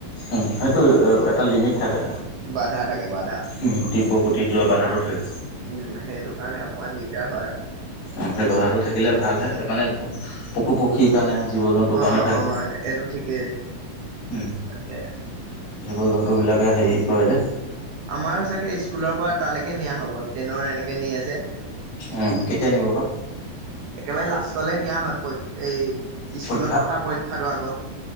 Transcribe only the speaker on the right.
বাধা থাকে বাধা
উম, সেইটো কাৰণে অকমান দিগদাৰ হয় আৰু।
অ',
অ', এইটো ঠিকেই।
তাকে
আমাৰ চাগে স্কুলৰ পৰা তালেকে নিয়া হ'ব ট্ৰেইনৰ এনেকে নিয়ে যে
একেবাৰে লাষ্টলৈ নিয়া হয় এই স্কুলত
পতা পৰীক্ষাতো আগত।